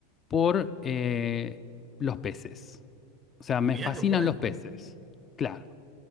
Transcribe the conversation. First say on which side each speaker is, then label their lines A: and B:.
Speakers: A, on the left; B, on the right.
A: por eh, los peces. O sea, me
B: Mirá
A: fascinan
B: qué bueno.
A: los peces. Claro.